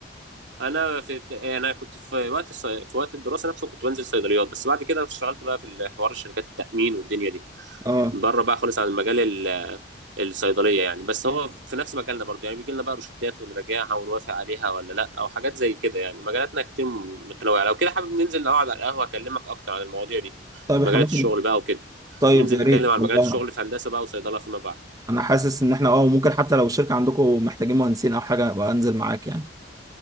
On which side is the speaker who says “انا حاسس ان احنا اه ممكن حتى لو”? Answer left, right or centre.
Right